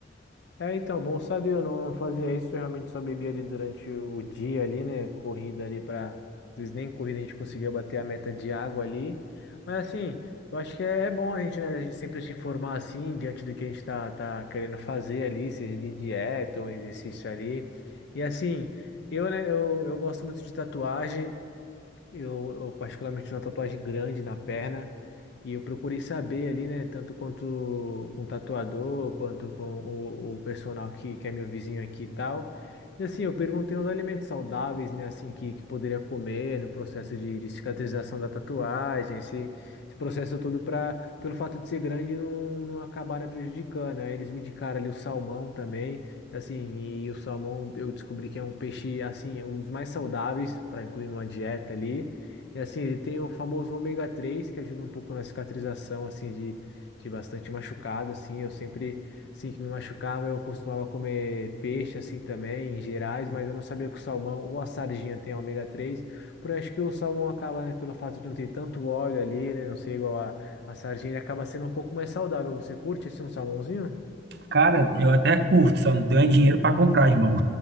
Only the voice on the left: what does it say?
É, então, bom saber, eu não, não fazia isso, eu realmente só bebia ali durante o dia ali, né, corrida ali para, às vezes nem corrida a gente conseguia bater a meta de água ali, mas assim, eu acho que é, é bom a gente, né, a gente sempre se informar assim, diante do que a gente tá, tá querendo fazer ali, seja de dieta ou exercício ali, e assim... Eu, né, eu, eu gosto muito de tatuagem. Eu, eu particularmente tenho uma tatuagem grande na perna e eu procurei saber ali, né, tanto quanto com o tatuador, quanto com o, o personal que, que é meu vizinho aqui e tal. E assim, eu perguntei os alimentos saudáveis, né, assim, que, que poderia comer no processo de, de cicatrização da tatuagem, esse, esse processo todo para, pelo fato de ser grande, não, não acabar, né, prejudicando. Aí eles me indicaram ali o salmão também. Assim, e o salmão eu descobri que é um peixe, assim, um dos mais saudáveis para incluir numa dieta ali. E assim, ele tem o famoso ômega 3 que ajuda um pouco na cicatrização, assim, de, de bastante machucado, assim. Eu sempre, assim, que me machucava, eu costumava comer peixe, assim, também, em gerais, mas eu não sabia que o salmão ou a sardinha tem ômega três Por acho que o salmão acaba, né, pelo fato de não ter tanto óleo ali, né, não ser igual a, a sardinha, ele acaba sendo um pouco mais saudável. Você curte, assim, um salmãozinho?